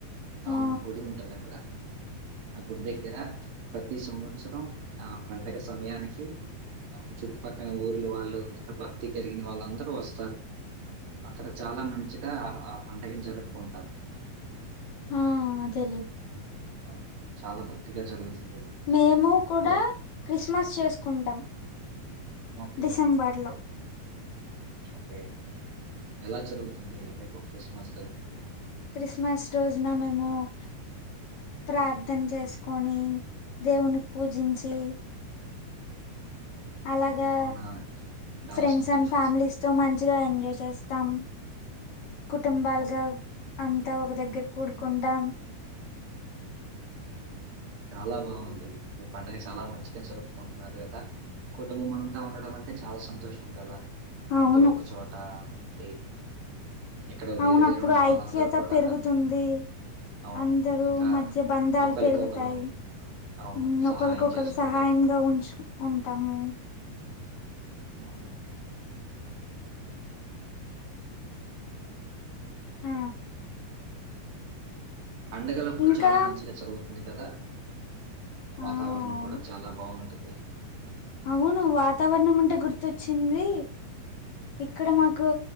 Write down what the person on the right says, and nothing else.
అవును
గుడి ఉంటాది అక్కడ ఆ గుడి దగ్గర ప్రతి సంవత్సరం ఆ పండగ సమయానికి చుట్టుపక్కన ఊర్లు వాళ్ళు ఇంకా భక్తి కరిగిన వాళ్ళందరు వస్ అక్కడ చాలా మంచిగా ఆ పండగ జరుపుకుంటారు.
హ్మ్. అవును. చాలా భక్తిగా జరుగుతుంది.
ఓ
ఓకే.
ఓకే ఎలా జరుగుతుంది మీకు క్రిస్మస్
అవునా! చాలా
సంతోషం.
హ్మ్. ఓ
చాలా బాగుంది పండుగ చాలా మంచిగా చెరుపుకుంటున్నారు కదా! కుటుంబం అంతా ఉండడం అంటే చాలా సంతోషం కదా
అందరు ఒక చోట ఉండి, ఇక్కడ వేరు
వేరు ఉన్న వాళ్ళందరూ
కూడా
అవును.
ఇంకా
ఒకలికొకలం
అవును.
సహాయం
చేసుకోగలము.
అవును
పండగలప్పుడు
చాలా మంచిగా జరుగుతుంది కదా
వాతావరణం
కూడా చాలా బాగుంటుంది